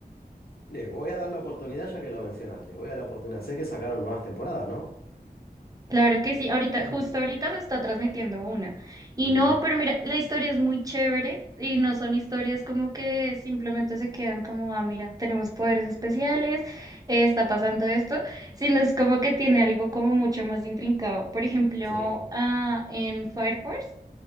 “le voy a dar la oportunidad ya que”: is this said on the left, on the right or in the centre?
Left